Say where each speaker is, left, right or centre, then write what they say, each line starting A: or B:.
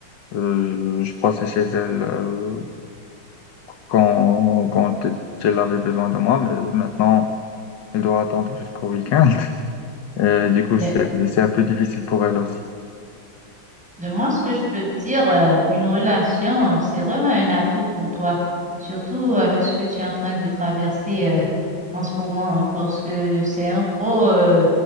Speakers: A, on the left; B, in the centre.
A: Euh, je passais chez elle euh, quand quand elle avait besoin de moi, mais maintenant elle doit attendre jusqu'au week-end. <laughs> Euh, du coup,
B: Ben,
A: c'est c'est un peu difficile pour elle aussi.
B: ben moi, ce que je peux te dire, euh, une relation, euh, c'est vraiment un atout pour toi, surtout avec ce que tu es en train de traverser euh, en ce moment, hein, parce que c'est un gros euh,